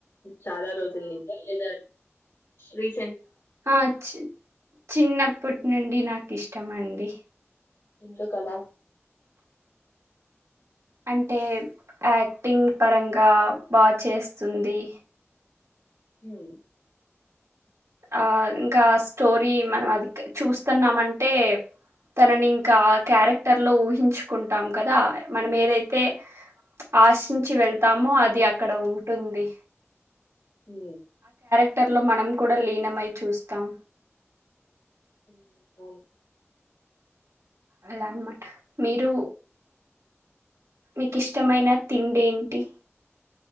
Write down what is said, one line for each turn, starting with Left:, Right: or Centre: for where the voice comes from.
Left: చాలా రోజుల నుంచ లెదా రీసెం
Right: ఆ చి చిన్నప్పటి నుండి నాకు ఇష్టమ అండి
Left: ఎందు కలా
Right: అంటే యాక్టింగ్ పరంగా బా చేస్తుంది
Left: మ్
Right: ఆ ఇంకా స్టోరీ మనం అది చూస్తున్నామంటే తనని ఇంకా ఆ క్యారెక్టర్ లో ఊహించుకుంటాం కదా మనం ఏదైతే ఆశించి వెళ్తామో అది అక్కడ ఉంటుంది
Left: మ్
Right: అట్లా మనం కూడా లీనమై చూస్తాం
Left: మ్.. ఒ
Right: అలా అనమాట మీరు మీకిష్టమైన తిండేంటి